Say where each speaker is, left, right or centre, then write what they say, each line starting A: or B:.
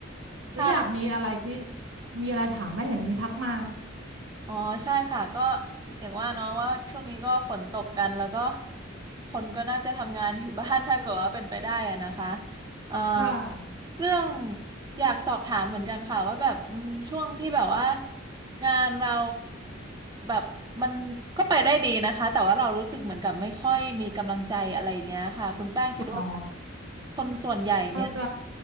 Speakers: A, on the right; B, on the right.
A: แล้วอยากมีอะไรที่
B: ค่ะ
A: มีอะไรถามไหมเห็นวันนี้ทักมา
B: อ๋อใช่ค่ะก็อย่างว่าเนาะว่าช่วงนี้ก็ฝนตกกันแล้วก็คนก็น่าจะทำงานอยู่บ้าน <laughs> ถ้าเกิดว่าเป็นไปได้อะนะคะเอ่อ
A: ค่ะ
B: เรื่องอยากสอบถามเหมือนกันค่ะว่าแบบอืมช่วงที่แบบว่างานเราแบบมันก็ไปได้ดีนะคะแต่ว่าเรารู้สึกเหมือนกับไม่ค่อยมีกำลังใจอะไรอย่างเงี้ยค่ะคุณแป้งคิดว่า
A: อ๋อ
B: คนส่วนใหญ่เนี่ย
A: เข้าใจ